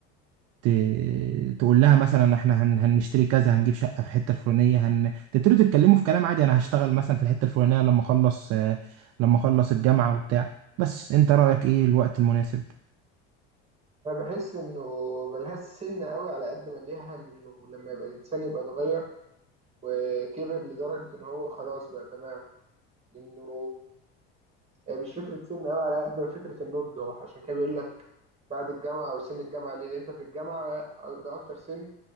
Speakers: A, on the right; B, on the right.
A: ت... تقول لها مثلا احنا هن... هنشتري كذا هنجيب شقة في الحتة الفلانية هن... تبتدوا تتكلموا في كلام عادي انا هشتغل مثلا في الحتة الفلانية لما اخلص آه، لما اخلص الجامعة وبتاع بس انت رأيك ايه الوقت المناسب
B: انا بحس انه ملهاش سن قوي على قد ما ليها انه لما يبقى الانسان يبقى اتغير وكبر لدرجه ان هو خلاص بقى تمام لانه هي مش فكره سن قوي على قد ما فكره النضج هو عشان كده بيقول لك بعد الجامعة أو سن الجامعة ليه؟ لأن أنت في الجامعة ده أكتر سن